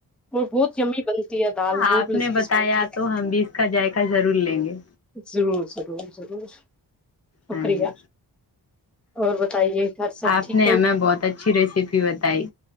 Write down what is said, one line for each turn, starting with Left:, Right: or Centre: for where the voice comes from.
Centre: اور بہت یمی بنتی ہے دال بہت
Left: آپ
Centre: لذذ
Left: نے بتایا
Centre: بنتی ہے
Left: تو ہم بھی اس کا ذائقہ ضرور لیں گے
Centre: ضرور ضر ضرور <unintelligible> شکری
Left: ہاں جی
Centre: اور بتائیے گھر سب
Left: آپ
Centre: ٹھیک
Left: نے
Centre: ہے
Left: ہمیں بہت اچھی ریسیپی بتائی